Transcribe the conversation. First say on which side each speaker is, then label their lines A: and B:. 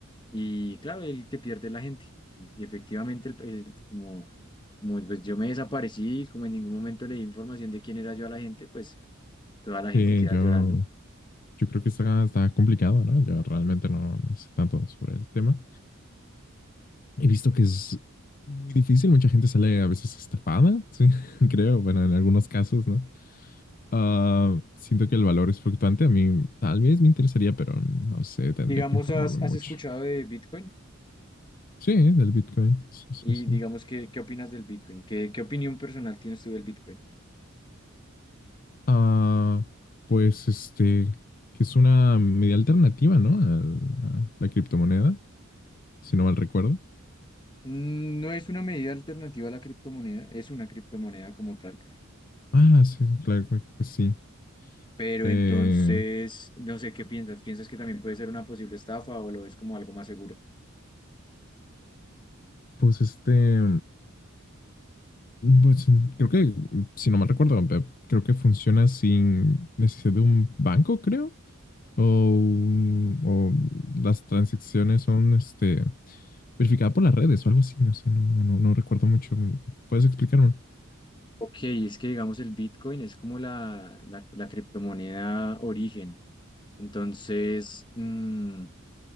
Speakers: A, on the left; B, on the left.
A: y claro, el que pierde es la gente. Y, y efectivamente, el- el- como, como pues, yo me desaparecí, como en ningún momento le di información de quién era yo a la gente, pues toda la gente
B: Sí,
A: queda
B: yo,
A: llorando.
B: yo creo que está, está complicado, ¿no? Yo realmente no, no sé tanto sobre el tema. He visto que es muy difícil, mucha gente sale a veces estafada, sí, <laughs> creo, bueno, en algunos casos, ¿no? Ah, siento que el valor es fluctuante, a mí tal vez me interesaría, pero no sé, tendría
A: Digamos,
B: que informarme
A: ¿has,
B: mucho.
A: has escuchado de Bitcoin?
B: Sí, ¿eh? del Bitcoin, sí, sí,
A: Y
B: sí.
A: digamos, ¿qué, qué opinas del Bitcoin? ¿Qué, qué opinión personal tienes tú del Bitcoin?
B: Ah, pues este, que es una media alternativa, ¿no? A, a la criptomoneda, si no mal recuerdo.
A: Mm, No es una medida alternativa a la criptomoneda, es una criptomoneda como tal,
B: Ah, sí, claro, creo que sí.
A: pero
B: Eh,
A: entonces, no sé, ¿qué piensas? ¿Piensas que también puede ser una posible estafa o lo ves como algo más seguro?
B: pues este, Pues creo que, si no mal recuerdo, pe- creo que funciona sin necesidad de un banco, creo. O, un- o las transacciones son este, verificadas por las redes o algo así, no sé, no, no, no, no recuerdo mucho. ¿Puedes explicarme?
A: Ok, es que digamos el Bitcoin es como la, la, la criptomoneda origen. Entonces, mm,